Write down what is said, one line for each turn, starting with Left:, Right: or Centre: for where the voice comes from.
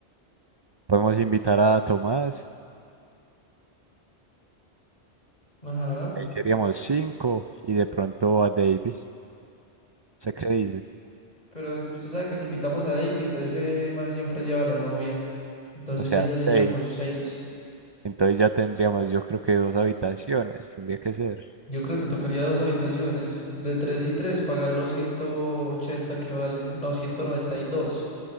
Right: Podemos invitar a Tomás,
Left: Ajá.
Right: ahí seríamos cinco, y de pronto a David. ¿Sé qué dice?
Left: Pero usted sabe que si invitamos a David, ese man siempre lleva a la novia. Entonces
Right: O sea,
Left: ahí ya
Right: seis.
Left: seríamos seis.
Right: Entonces ya tendríamos, yo creo que dos habitaciones, tendría que ser.
Left: Yo creo que tocaría dos habitaciones. De tres y tres, pagar los 180 que vale. No, 192.